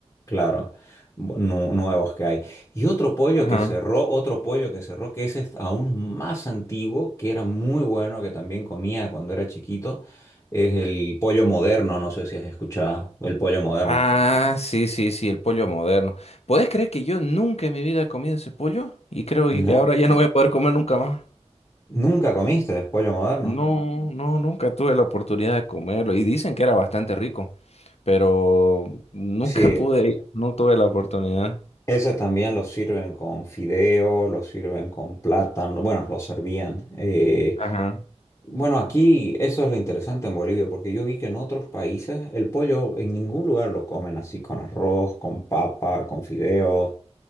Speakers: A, on the left; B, on the left.
A: claro, nu- nuevos que hay. Y otro pollo
B: Ajá.
A: que cerró, otro pollo que cerró, que ese es aún más antiguo, que era muy bueno, que también comía cuando era chiquito, es el pollo moderno, no sé si has escuchado, el pollo moderno.
B: Ah, sí, sí, sí, el pollo moderno. ¿Podés creer que yo nunca en mi vida he comido ese pollo? Y creo
A: No,
B: y que ahora ya no voy a poder comer nunca más.
A: nunca comiste pollo moderno.
B: No, no, nunca tuve la oportunidad de comerlo. Y dicen que era bastante rico, pero nunca
A: Sí,
B: <laughs> pude ir, no tuve la oportunidad.
A: ese también lo sirven con fideo, lo sirven con plátano, bueno, lo servían. eh,
B: Ajá.
A: Bueno, aquí eso es lo interesante en Bolivia, porque yo vi que en otros países el pollo en ningún lugar lo comen así con arroz, con papa, con fideos.